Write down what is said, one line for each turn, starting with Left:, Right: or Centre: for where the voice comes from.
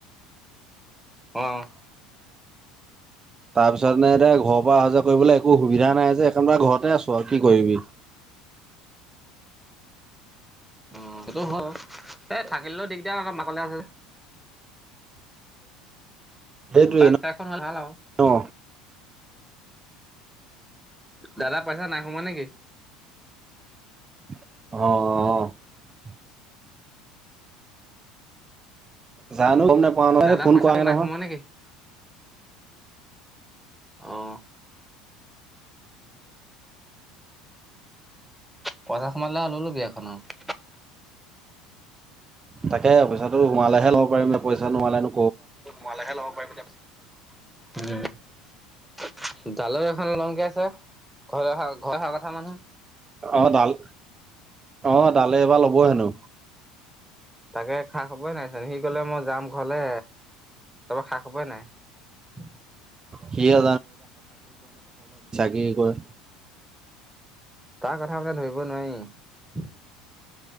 Centre: অহ
Right: তাৰ পিছত এনে এতিয়া ঘৰৰ পৰা আহা যোৱা কৰিবলৈ একো সুবিধা নাই যে সেইকাৰণে ঘৰত তাতে আছো আৰু কি কৰিবি
Centre: অহ, হেটো হয় এই থাকিলেও দিগদাৰ মাকলে আছে যে
Right: সেইটোৱে
Centre: বাঘ
Right: ন
Centre: তাগ খন ভাল আও।
Right: অ
Centre: দাদা পইচা নাই সোমোৱা নেকি?
Right: অহ - অহ - অহ জানো গম নেপাও নহয়
Centre: দাদা
Right: ফোন
Centre: পইচাটো
Right: কৰা নাই নহয়।
Centre: সোমোৱা নেকি? <inaudible> অহ পইচা সোমালে লৈ লবি এখন আৰু।
Right: তাকে পইচাটো সোমালেহে লব পাৰিম নে পইচা নোসোমালেনো
Centre: সোমালেহে ল'ব পাৰিম এতিয়া উম জালৈ এখন লং কৈ আছে ঘৰ ঘৰলে অহা কথা মানুহ
Right: অ ডাল অ ডালে এবাৰ ল'ব হেনো
Centre: তাকে খা খবই নাইচোন সি কলে মই যাম ঘৰলে তাৰপৰা খা খবই নাই
Right: সিয়ে কি কয়
Centre: তাৰ কথা বোলে ধৰিব নোৱাৰি